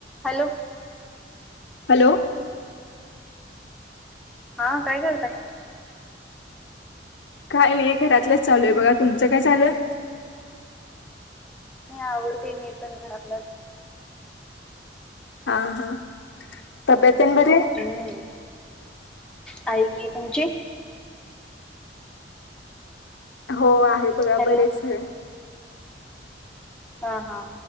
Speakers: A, in the centre; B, on the left (about 80°).
A: हॅलो
B: हॅलो
A: हा काय करताय
B: काय नाही घरातलंच चालू आहे बघा तुमचं काय चालू आहे
A: आवरतीये मी पण घरातलच
B: हा हा तबेत पन बर
A: हम्म आहे की तुमची
B: हो आहे हे बघा
A: हॅलो
B: बरेच आहे
A: हा हा